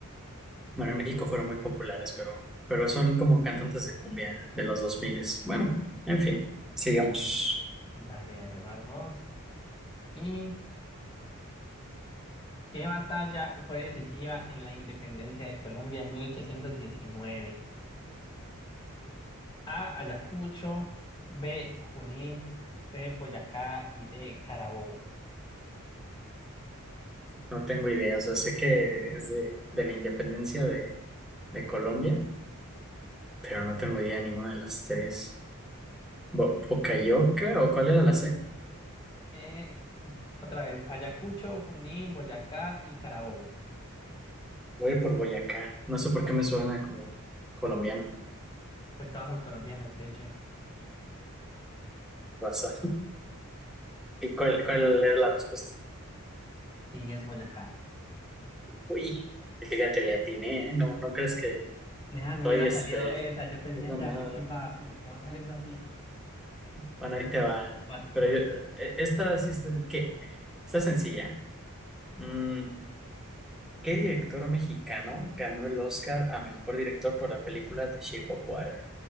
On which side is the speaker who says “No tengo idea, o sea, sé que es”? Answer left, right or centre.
Centre